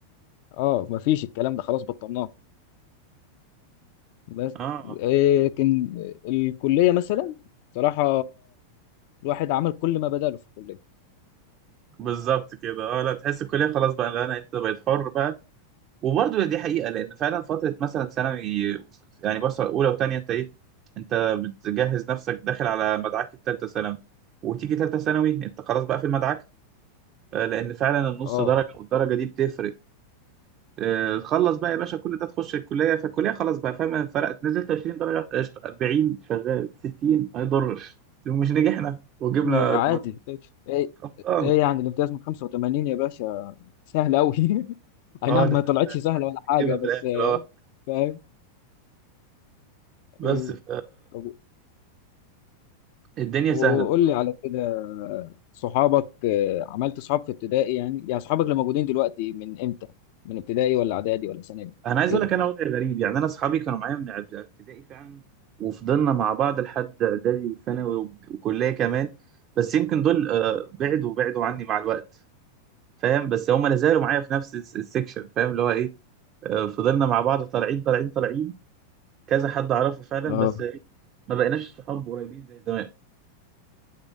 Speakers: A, on the left (about 45°); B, on the right (about 30°).
A: اه مفيش الكلام ده خلاص بطلناه بس
B: اه
A: آه، لكن الكلية مثلا صراحة الواحد عمل كل ما بداله في الكلية
B: بالظبط كده اه لا تحس الكلية خلاص بقى لا انا انت بقيت حر بقى وبرضه دي حقيقة لأن فعلا فترة مثلا ثانوي يعني بس أولى وتانية أنت إيه أنت بتجهز نفسك داخل على مدعك التالتة ثانوي وتيجي تالتة ثانوي أنت خلاص بقى في المدعك آه، لأن فعلا النص
A: اه
B: درجة والدرجة دي بتفرق آه، تخلص بقى يا باشا كل ده تخش الكلية فالكلية خلاص بقى فاهم فرقت نزلت 20 درجة قشطة 40 شغال 60 ما يضرش لو مش نجحنا وجبنا
A: ما- عادي ايه
B: خلصانة
A: ايه يعني الامتياز من 85 يا باشا سهل قوي <laughs> اي
B: اه
A: نعم ما
B: ده
A: طلعتش
B: طلعت
A: سهلة
B: محدش
A: ولا
B: بيجيبها
A: حاجة بس
B: في الآخر
A: آه،
B: اه
A: فاهم
B: بس
A: ايوه
B: ف
A: طب
B: الدنيا
A: وقول
B: سهلة
A: لي على كده صحابك آه، عملت صحاب في ابتدائي يعني يعني صحابك اللي موجودين دلوقتي من امتى من ابتدائي ولا اعدادي ولا ثانوي
B: انا عايز
A: كده
B: اقول لك انا وضعي غريب يعني انا اصحابي كانوا معايا من إعد- ابتدائي فعلا وفضلنا مع بعض لحد اعدادي وثانوي و- وكليه كمان بس يمكن دول آه، بعدوا بعدوا عني مع الوقت فاهم بس هم لا زالوا معايا في نفس الس- السكشن فاهم اللي هو ايه آه، فضلنا مع بعض طالعين طالعين طالعين كذا حد اعرفه فعلا
A: اه
B: بس إيه، ما بقيناش صحاب قريبين زي زمان